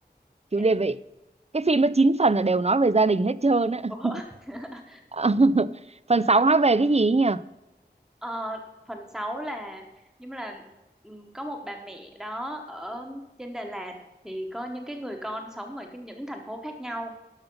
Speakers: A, on the right; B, in the centre.
A: chủ
B: em
A: đề vậy. Cái phim nó 9 phần là đều nói về gia đình hết trơn á.
B: ủa
A: <laughs>
B: <laughs>
A: Ờ, phần 6 nói về cái gì ấy nhỉ?
B: Ờ, phần 6 là nhưng mà là ừm, có một bà mẹ đó ở trên Đà Lạt thì có những cái người con sống ở cái những thành phố khác nhau.